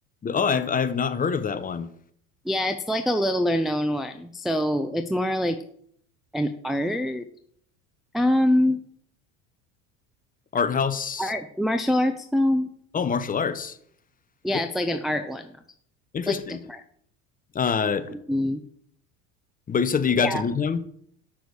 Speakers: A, on the left; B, in the centre.
A: Oh, I've I have not heard of that one.
B: Yeah, it's like a littler known one. So it's more like an art um
A: Art house.
B: art martial arts film.
A: Oh, martial arts.
B: Yeah,
A: Oh,
B: it's like an art one. It's
A: interesting.
B: like different.
A: Uh,
B: Um,
A: but you said that you got
B: yeah.
A: to meet him.